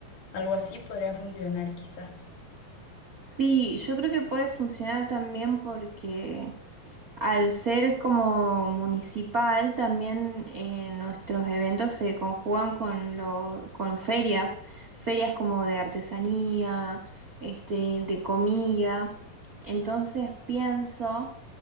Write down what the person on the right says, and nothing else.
Sí, yo creo que puede funcionar también porque al ser como municipal, también eh, nuestros eventos se conjugan con lo, con ferias, ferias como de artesanía, este, de comida. Entonces pienso